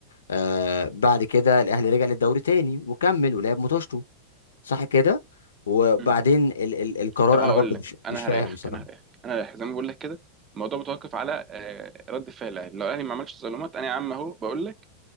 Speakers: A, on the left; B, on the right.
A: آه بعد كده الاهلي رجع للدوري تاني وكمل ولعب ماتشته صح كده وبعدين
B: مم.
A: ال ال القرار
B: طب هقول
A: انا برضه
B: لك
A: مش
B: انا
A: مش فاهم
B: هريحك
A: بصراحه
B: انا هريحك انا هريحك زي ما بقول لك كده الموضوع متوقف على آه، رد فعل الاهلي لو الاهلي ما عملش تظلمات انا يا عم اهو بقول لك